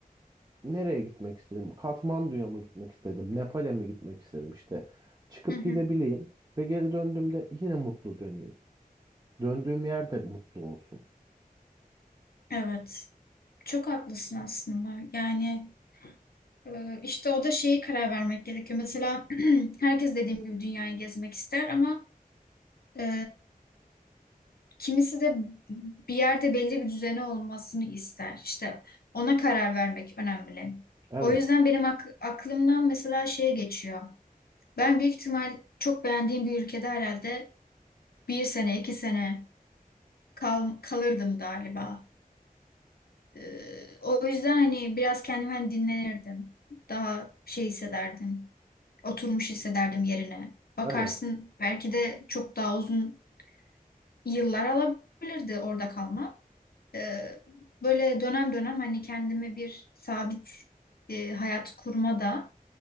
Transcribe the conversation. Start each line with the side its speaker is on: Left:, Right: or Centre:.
Right: nereye gitmek istedim? Katmandu'ya mı gitmek istedim? Nepal'e mi gitmek istedim? İşte çıkıp
Left: hı hı.
Right: gidebileyim. Ve geri döndüğümde yine mutlu döneyim. Döndüğüm yerde mutlu olsun.
Left: Evet. Çok haklısın aslında. Yani e, işte o da şeyi karar vermek gerekiyor. Mesela <clears throat> herkes dediğim gibi dünyayı gezmek ister ama e, kimisi de bir yerde belli bir düzeni olmasını ister. İşte ona karar vermek önemli.
Right: Evet,
Left: O yüzden benim ak- aklımdan mesela şeye geçiyor. Ben büyük ihtimal çok beğendiğim bir ülkede herhalde bir sene, iki sene kal kalırdım galiba. Ee, o yüzden hani biraz kendimi hani dinlenirdim. Daha şey hissederdim. Oturmuş hissederdim yerine. Bakarsın
Right: evet.
Left: belki de çok daha uzun yıllar alabilirdi orada kalmak. Ee, böyle dönem dönem hani kendime bir sabit e, hayat kurma da